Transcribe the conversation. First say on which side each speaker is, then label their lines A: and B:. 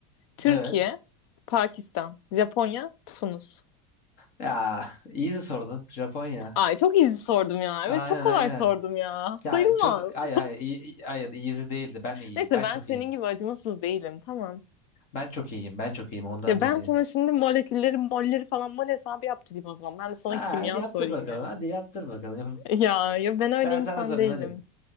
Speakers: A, on the left (about 65°); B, on the left (about 50°).
A: Türkiye,
B: Evet.
A: Pakistan, Japonya, Tunus.
B: Ya easy sordun. Japonya.
A: Ay çok easy sordum ya.
B: Aynen
A: Evet çok kolay
B: aynen.
A: sordum ya.
B: Ya
A: Sayılmaz.
B: çok hayır hayır iyi, iyi- hayır easy değildi. Ben iyiyim.
A: Neyse
B: Ben
A: ben
B: çok
A: senin
B: iyiyim.
A: gibi acımasız değilim tamam.
B: Ben çok iyiyim. Ben çok iyiyim ondan
A: Ya
B: dolayı.
A: ben sana şimdi molekülleri, molleri falan mol hesabı yaptırayım o zaman. Ben de sana
B: Ha,
A: kimya
B: hadi yaptır
A: sorayım
B: bakalım.
A: ya.
B: Hadi yaptır bakalım. Yap-
A: Ya ya ben öyle
B: Ben
A: insan
B: sana sorayım
A: değilim.
B: hadi.